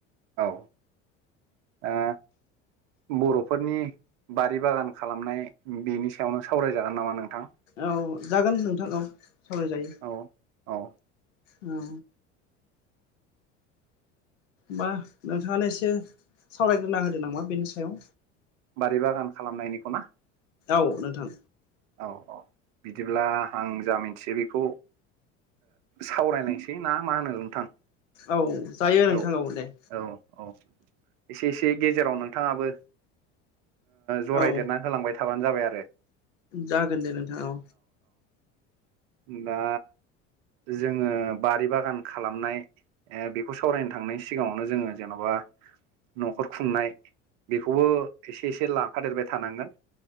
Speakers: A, on the right; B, on the left.
A: औ आ बर'फोरनि बारि बागान खालामनाय बेनि सायावनो सावरायजागोन नामा नोंथां
B: औ जागोन नोंथां औ सावरायजायो
A: औ औ
B: औ हा नोंथाङानो एसे सावरायग्रोना होदो नामामा बेनि सायाव
A: बारि बागान खालामनायनिखौ ना
B: औ नोंथां
A: औ औ बिदिब्ला आं जा मिथियो बेखौ सावरायनायसै ना मा होनो नोंथां
B: औ जायो नोंथां
A: औ
B: दे
A: औ औ एसे एसे गेजेराव नोंथाङाबो जरायदेरना
B: औ
A: होलांबाय थाबानो जाबाय आरो
B: जागोन दे नोंथाङाव
A: द दा जोङो बारि बागान खालामनाय बेखौ सावरायनो थांनायनि सिगाङावनो जोङो जेन'बा न'खर खुंनाय बेखौबो एसे एसे लाफादेरबाय थानांगोन